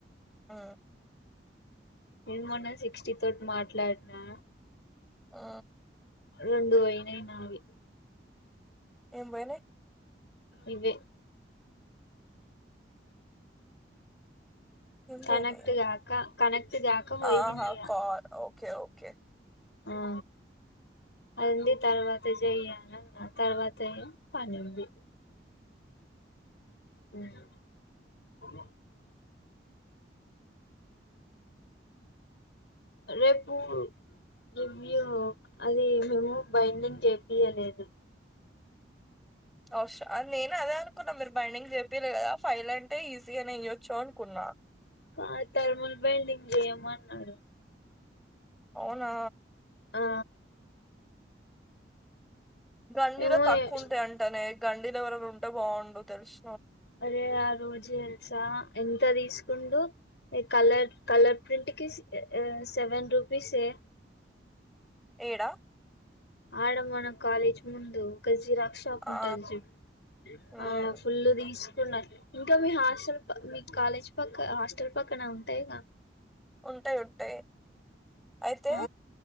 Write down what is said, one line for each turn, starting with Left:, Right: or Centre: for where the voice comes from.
Centre: ఆ
Left: నేను మొన్న సిక్స్టీ తోటి మాట్లాడినా
Centre: ఆ
Left: రెండు పోయినాయి నావి
Centre: ఏం పోయినాయి
Left: ఇవే
Centre: ఏం
Left: కనెక్ట్
Centre: పోయినాయి
Left: గాక కనెక్ట్ గాక పోయింది
Centre: ఆహా
Left: ఇగా
Centre: కార్ ఓకే ఓకే
Left: ఆ అయింది తర్వా త చెయ్ అనా తర్వాతయే పనుంది హ్మ్ రే పు రివ్యూ అది మేము బైండింగ్ చెపియలేదు
Centre: అవసర అ నేను అదే అనుకున్నా మీరు బైండింగ్ చెప్పలే కదా ఫైల్ అంటే ఈజీగానేే ఇయొచ్చు అనుకున్నా
Left: కాద్ థర్ముల్ బైండింగ్ చేయమన్నాడు
Centre: అవునా
Left: ఆ
Centre: గండీలో
Left: మేము
Centre: తక్కువ ఉంటాయి అంటేనే గండీలో ఎవరేవ ఉంటే బాగుండు తెలుసు
Left: అరే ఆరోజు ఎలుసా ఎంత తీసుకుండు ఏ కలర్ కలర్ ప్రింటర్ కి సెవెన్ రూపీస్ ఏ
Centre: ఏడా
Left: అడ మన కాలేజ్ ముందు ఒక జిరా క్స్ షాప్ ఉంటది
Centre: ఆ
Left: జుడు
Centre: ఉమ్,
Left: అడ ఫుల్ తీస్ కుండా ఇంక మీ హాస్టల్ ప మీ కాలేజ్ పక్క హాస్టల్ పక్కన ఉంటాయిగా
Centre: ఉంటాయి ఉంటాయి అయితే
Left: ఆ